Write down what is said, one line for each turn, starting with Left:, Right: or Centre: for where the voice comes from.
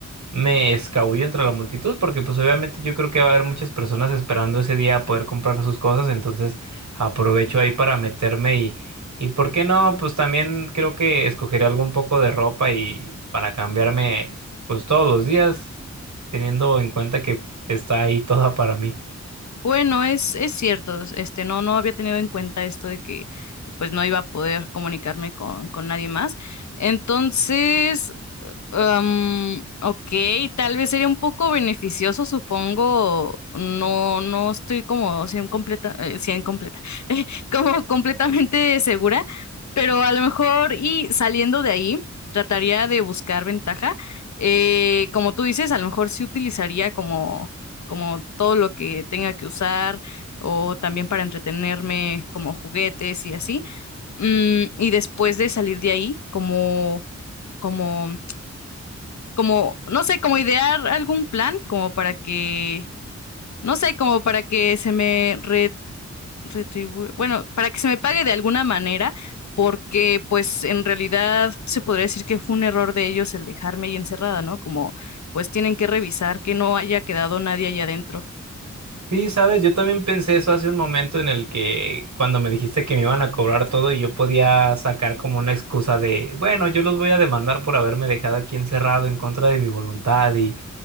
Right: me escabullo entre la multitud porque pues obviamente yo creo que va a haber muchas personas esperando ese día a poder comprar sus cosas, entonces aprovecho ahí para meterme y, y ¿por qué no? Pues también creo que escogeré algo un poco de ropa y para cambiarme pues todos los días, teniendo en cuenta que está ahí toda para mí.
Left: Bueno, es, es cierto, este, no, no había tenido en cuenta esto de que pues no iba a poder comunicarme con, con nadie más. Entonces, Am, ok, tal vez sería un poco beneficioso, supongo. No, no estoy como 100 completa, eh, 100 completa, <laughs> eh, como completamente segura, pero a lo mejor y saliendo de ahí, trataría de buscar ventaja. Eh, como tú dices, a lo mejor sí utilizaría como, como todo lo que tenga que usar o también para entretenerme, como juguetes y así. Mm, y después de salir de ahí, como... como como, no sé, como idear algún plan como para que, no sé, como para que se me re- retribu- bueno, para que se me pague de alguna manera, porque pues en realidad se podría decir que fue un error de ellos el dejarme ahí encerrada, ¿no? Como pues tienen que revisar que no haya quedado nadie allá adentro.
Right: Sí, sabes, yo también pensé eso hace un momento en el que cuando me dijiste que me iban a cobrar todo y yo podía sacar como una excusa de, bueno, yo los voy a demandar por haberme dejado aquí encerrado en contra de mi voluntad y,